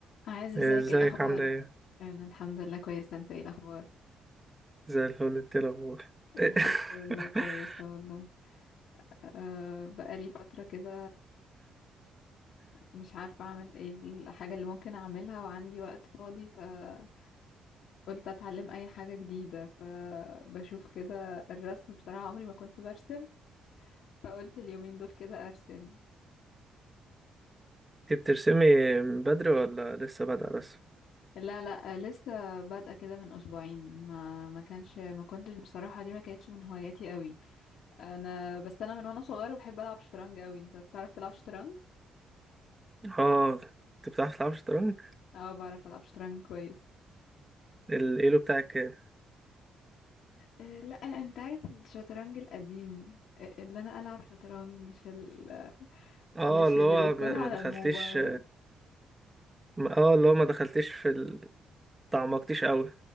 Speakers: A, on the left; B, on the right.
A: عايز ازيك
B: ازيك
A: ايه الاخبار
B: عاملة ايه؟
A: انا الحمد لله كويسه انت ايه الاخبار
B: زي الفل انت ايه الأخبار
A: الحمد
B: إيه؟
A: لله
B: <laughs>
A: كويسه والله أه بقالي فتره كده مش عارفه اعمل ايه الحاجه اللي ممكن اعملها وعندي وقت فاضي فقلت اتعلم اي حاجه جديده فبشوف كده الرسم بصراحه عمري ما كنت برسم فقلت اليومين دول كده ارسم
B: انت بترسمي من بدري ولا لسه بادئة بس؟
A: لا لا لسه بادئه كده من اسبوعين ما ما كانش ما كنتش بصراحه دي ما كانتش من هواياتي قوي انا بس انا من وانا صغيره بحب العب شطرنج قوي انت بتعرف تلعب شطرنج
B: اه انت بتعرف تلعب شطرنج؟
A: اه بعرف العب شطرنج كويس
B: الايلو بتاعك كام؟
A: آه، لا أنا- انت عارف الشطرنج القديم آه، اللي انا العب شطرنج مش ال...
B: اه
A: مش
B: اللي
A: اللي
B: هو
A: بيكون
B: ما
A: على
B: ما دخلتيش
A: الموبايل
B: اه اللي هو ما دخلتيش في ال... تعمقتيش قوي